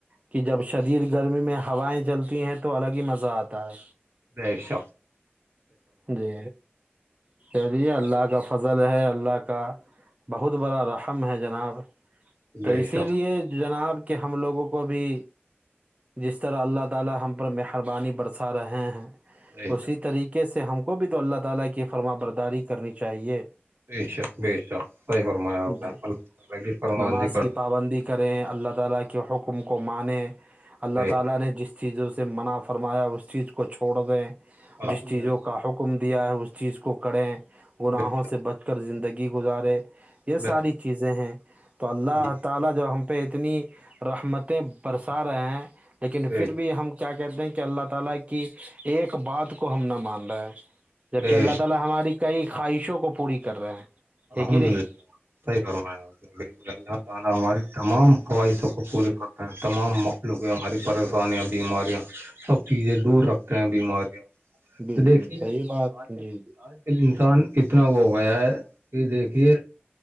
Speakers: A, on the right; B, on the right.
A: کہ جب شدر گرمی میں ہوائیں چلتی ہیں تو الگ ہی مزہ آتا ہے
B: جیشا
A: جی اری ہے اللہ کا فضل ہے اللہ کا بہت بڑا رحم ہے جناب
B: نے
A: تو
B: بے
A: اسی
B: شک
A: لیے جناب کہ ہم لوگوں کو بھی جس طرح اللہ تعالی ہم پر مہربانی برسا رہے ہیں
B: بے شک
A: اسی طریقے سے ہم کو بھی تو اللہ تعالی کی فرما برداری کرنی چاہیے
B: بیے شا بے شا صحی فرمایا آپ نے
A: جی
B: اللہ ال کی فرم
A: نماز
B: بندی کرنا
A: کی پابندی
B: بھی بہت ضروری
A: کریں اللہ تعال کے حکم کو مانیں
B: ہے۔
A: اللہ
B: بے
A: تعالی
B: شک
A: نے جس چیزوں سے منع فرمایا اس چیز کو چھوڑ دیں
B: الحمد
A: جس چیزوں
B: للہ
A: کا حکم دیا ہے اس چیز کو کریں گناہوں
B: بے شک
A: سے بچ کر زندگی گزارے یہ ساری
B: بے شک
A: چیزیں ہیں تو اللہ
B: جی جی
A: تعا لا جوب ہم اتنی رحمتیں برسا رہے ہیں لیکن
B: بے
A: پھر
B: شک
A: بھی ہم کو کیا کہتے ہیں کہ اللہ تعا لا کی ایک بات کو ہم نہ مان رہا ہے جبک
B: بے
A: اللہ
B: شک
A: تعا لا ہماری کئی خواہشوں کو پوری کر رہے ہیں
B: الحمد
A: ہے کہ نہیں
B: للہ صحیح فمایا ہو لیکن اللہ تعا لا ہماری تمام قوائدوں کو پورے کرتے ہیں تمام مخلوق ہماری پریشانییاں بیماریاں سب چیزیں دور رکھ بیماریاں
A: بالکل
B: دیکھیے
A: صحیح بات
B: آج ک
A: جی
B: آج ل انسان اتنا ہو گیا ہے کہ دیکھیے